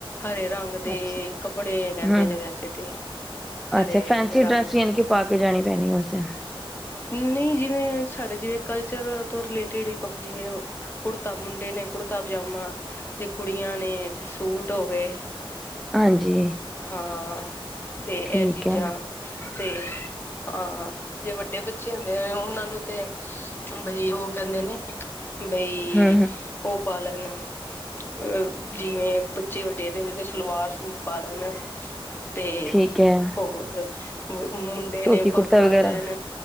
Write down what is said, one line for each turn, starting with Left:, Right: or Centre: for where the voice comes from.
Left: ਹਰੇ ਰੰਗ ਦੇ
Centre: ਅੱਛਾ
Left: ਕੱਪੜੇ ਕੈਂਦੇ
Centre: ਹਮ
Left: ਨੇ ਵੈਸੇ ਤੇ ਹਰੇ
Centre: ਅੱਛਾ ਫੈਂਸੀ ਡਰੈਸ
Left: ਰੰਗ
Centre: ਯਾਨੀ ਕਿ ਪਾ ਕੇ ਜਾਣੀ ਪੈਣੀ ਉਸ ਦਿਨ
Left: ਨਈ ਜਿਵੇਂ ਸਾਡੇ ਜਿਵੇਂ ਕਲਚਰ ਤੋਂ ਰਿਲੇਟਿਡ ਕਪ ਜਿਵੇਂ ਹੋ ਕੁੜਤਾ ਮੁੰਡੇ ਨੇ ਕੁੜਤਾ ਪਜਾਮਾ ਤੇ ਕੁੜੀਆਂ ਨੇ ਤੇ ਸੂਟ ਹੋ ਗਏ।
Centre: ਹਾਂਜੀ
Left: ਹਾਂ ਤੇ ਇਹ
Centre: ਠੀਕ
Left: ਚੀਜ਼ਾਂ
Centre: ਹੈ
Left: ਤੇ ਹਾਂ ਜੇ ਵੱਡੇ ਬੱਚੇ ਹੁੰਦੇ ਆ ਉਹਨਾਂ ਨੂੰ ਤੇ ਬਈ ਓ ਕੈਂਦੇ ਨੇ ਬਈ
Centre: ਹਮ ਹਮ
Left: ਓ ਪਾ ਲੈਣੇ ਅਹ ਜਿਵੇਂ ਬੱਚੇ ਵੱਡੇ ਤੇ ਦੇ ਸਲਵਾਰ ਸੂਟ ਪਾਲਣ ਤੇ
Centre: ਠੀਕ ਹੈ
Left: ਹੋਰ-ਹੋਰ ਮੁੰਡ ਡੇ
Centre: ਧੋਤੀ
Left: ਨੇ
Centre: ਕੁੜਤਾ
Left: ਪੱਗ ਬਣ
Centre: ਵਗੈਰਾ
Left: ਲੈਣ